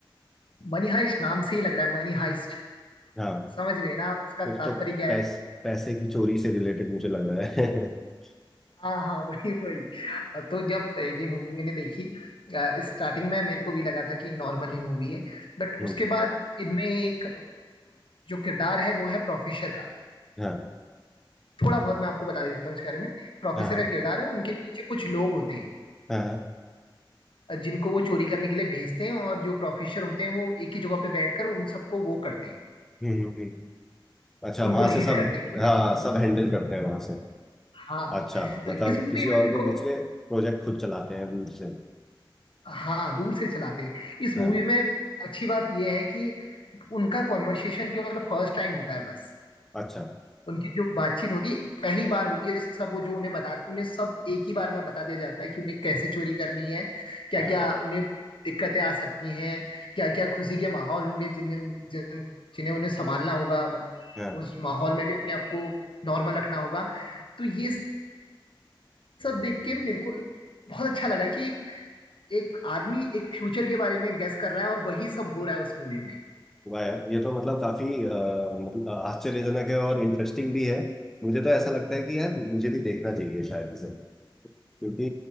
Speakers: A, on the left (about 75°); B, in the centre.
A: मनी हाइस्ट नाम से ही लग रहा है मनी हाइस्ट
B: हाँ
A: समझ रहे हैं ना आप इसका
B: कुछ
A: तात्पर्य
B: तो
A: क्या
B: पैस,
A: है
B: पैसे की चोरी से रिलेटेड मुझे लग रहा है <laughs>
A: हाँ हाँ <laughs> वही वही तो जब ये मूवी मैंने देखी स्टार्टिंग में मेरे को भी लगा था कि नॉर्मल ही मूवी है बट
B: हम्म,
A: उसके बाद इनमें एक जो किरदार है वो है प्रोफेसर का
B: हाँ
A: थोड़ा बहुत मैं आपको बता देता हूँ इसके बारे में प्रोफेसर
B: हाँ हाँ
A: का किरदार है उनके पीछे कुछ लोग होते हैं
B: हाँ हाँ,
A: अ, जिनको वो चोरी करने के लिए भेजते हैं और जो प्रोफेसर होते हैं वो एक ही जगह पे बैठकर उन सबको वो करते हैं
B: हम्म, हम्म, हम्म। अच्छा वहां
A: उनको लीड
B: से सब
A: करते हैं क्योंकि
B: हाँ सब हैंडल करते हैं वहां से
A: हाँ
B: अच्छा मतलब
A: तो इस मूवी
B: किसी
A: में
B: और
A: मेरे
B: को
A: को
B: बेच के प्रोजेक्ट खुद चलाते हैं दूर से
A: हाँ दूर से चलाते हैं इस
B: हाँ
A: मूवी में अच्छी बात यह है कि उनका कॉन्वर्सेशन केवल फर्स्ट टाइम होता है बस
B: अच्छा
A: उनकी जो बातचीत होती है पहली बार होती है सब वो जो उन्हें बता उन्हें सब एक ही बार में बता दिया जाता है कि उन्हें कैसे चोरी करनी है क्या
B: हाँ
A: क्या उन्हें दिक्कतें आ सकती हैं क्या क्या खुशी के माहौल होंगे जिन्हें जिन, जिन्हें उन्हें संभालना होगा मत,
B: हाँ
A: उस माहौल में भी अपने आप को नॉर्मल रखना होगा तो ये सब देख के मेरे को बहुत अच्छा लगा कि एक एक आदमी एक फ्यूचर के बारे में गेस कर रहा है और वही सब हो रहा है उस मूवी में
B: वाह यार ये तो मतलब काफी अ, मतलब आश्चर्यजनक है और इंटरेस्टिंग भी है मुझे तो ऐसा लगता है कि यार मुझे भी देखना चाहिए शायद इसे क्योंकि